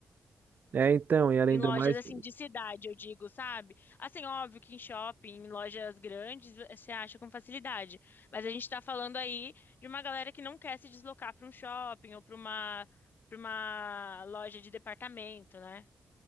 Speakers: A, on the right; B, on the left.
A: É, então, e além
B: Em lojas
A: do mais.
B: assim de cidade, eu digo, sabe? Assim, óbvio que em shopping, em lojas grandes, você acha com facilidade. Mas a gente tá falando aí de uma galera que não quer se deslocar para um shopping ou para uma, para uma loja de departamento, né?